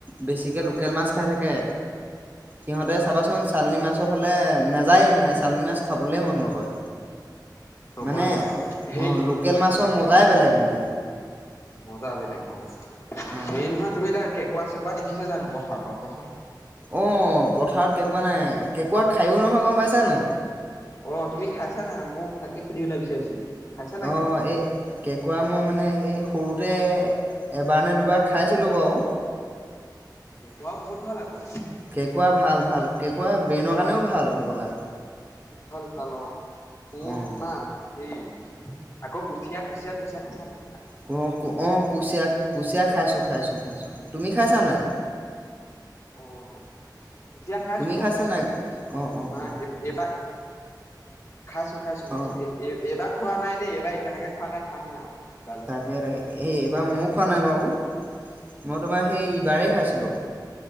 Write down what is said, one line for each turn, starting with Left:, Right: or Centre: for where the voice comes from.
Right: বেছিকৈ লোকেল মাছ খাই থাকে সিহঁতে
Left: অ
Right: চাবাচোন চানি মাছ ৰ ফালে নাযায় মানে চালনী মাছ খাবলে মন নকৰে
Left: নকয়
Right: মানে
Left: নকয় সেই
Right: অ লোকেল মাছৰ মজাই
Left: অ অ
Right: বেলেগ মানে
Left: মজা বেলেগ ক
Right: অ
Left: হেৰি নহয় তুমি এতিয়া কোৱা চ কোৱা দেখিছে জানো কথত বাৰু কোৱাচোন
Right: অ পথাৰত কেকুৱা নাই কেঁকুৰা খায়ো নহয় গম পাইছানে?
Left: অ তুমি খাইছা না মোক তাকে সুধিবলে বিচাৰিছিলো। খাইছা নাই
Right: অ
Left: কেঁকোৰা?
Right: এই কেকোৱা মই মানে এই সৰুতে এবাৰ নে দুবাৰ খাইছিলোঁ বাৰু।
Left: কেঁকোৰা বহুত ভাল আকৌ।
Right: কেকোৱা ভাল ভাল কেকোৱা ব্ৰেইনৰ কাৰণেও ভ ভাল হ'বলা।
Left: ভাল ভাল অ। <unintelligible>
Right: অ
Left: আকৌ কুচিয়া কুচিয়া কুচিয়া খাইছা নে?
Right: ক ক অ কুচিয়া কুচিয়া খাইছো খাইছো খাইছো। তুমি খাইছা নে?
Left: অ ত কুচিয়া খাইছো
Right: তুমি
Left: মই
Right: খাইছা
Left: খাইছো
Right: নাই
Left: অ
Right: অ
Left: তোমাৰ
Right: অ অ
Left: এইবাৰ। খাইছো খাইছো মোৰ
Right: অ
Left: এ এবাৰ। খোৱা নাই দেই এইবাৰ এতিয়ালৈকে খোৱা নাই খামহে আৰু ওলালে
Right: তাকে
Left: চাগে।
Right: তে এবাৰ ময়ও খোৱা নাই বাও। মই তোমাৰ সেই ইবাৰে খাইছিলোঁ।